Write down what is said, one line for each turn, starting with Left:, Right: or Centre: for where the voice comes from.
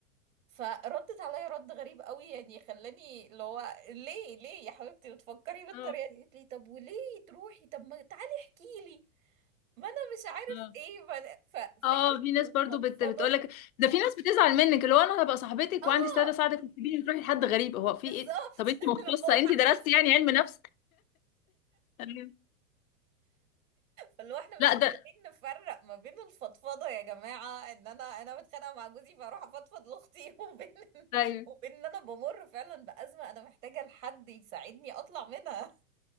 Right: فردت عليا رد غريب قوي يعني خلاني اللي هو ليه ليه يا حبيبتي بتفكري بالطريقة
Left: اه
Right: دي قالت لي طب وليه تروحي طب ما تعالي احكي لي ما انا مش عارف
Left: آه.
Right: ايه بد- ففكره
Left: اه في ناس
Right: المفضفضه
Left: برضو بت... بتقولك ده في ناس بتزعل منك اللي هو انا هبقى صاحبتك
Right: اه
Left: وعندي استعداد اساعدك وتسيبيني تروحي لحد غريب هو في
Right: بالظبط
Left: ايه ده؟ طب انت
Right: <laughs>
Left: مختصه
Right: اللي هو
Left: انت درستي
Right: حس
Left: يعني علم نفس أيوة.
Right: فاللي هو احنا مش
Left: لا
Right: قادرين
Left: ده
Right: نفرق ما بين الفضفضه يا جماعه ان انا انا متخانقه مع جوزي فاروح افضفض لاختي <laughs> وبين إن-
Left: ايوه
Right: وبين ان انا بمر فعلا بازمه انا محتاجه لحد يساعدني اطلع منها